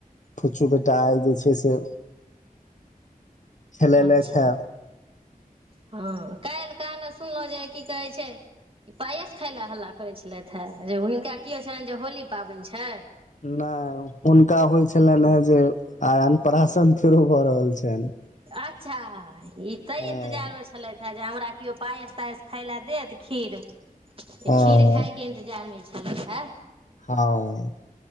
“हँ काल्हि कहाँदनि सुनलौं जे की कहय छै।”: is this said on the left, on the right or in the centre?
Right